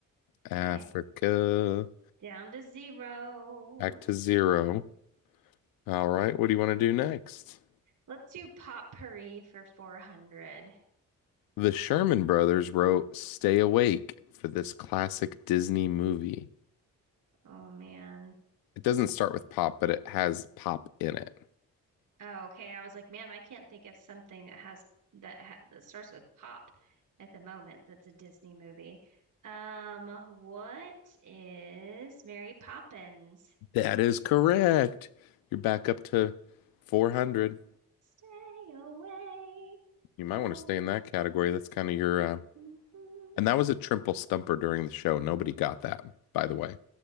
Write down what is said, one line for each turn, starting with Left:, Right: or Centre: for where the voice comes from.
Left: Africa,
Right: okay. Down to zero.
Left: back to zero. All right, what do you want to do next?
Right: Let's do potpourri for 400.
Left: The Sherman Brothers wrote Stay Awake for this classic Disney movie.
Right: Oh man.
Left: It doesn't start with pop, but it has pop in it.
Right: Oh, okay. I was like, man, I can't think of something that has that ha that starts with pop at the moment. That's a Disney movie. Um, what is Mary Poppins?
Left: That is correct. You're back up to 400.
Right: Stay awake.
Left: You
Right: Don't.
Left: might want to stay in that category. That's kind of your, uh,
Right: Oh,
Left: and that was a triple stumper during the show. Nobody got that, by the way.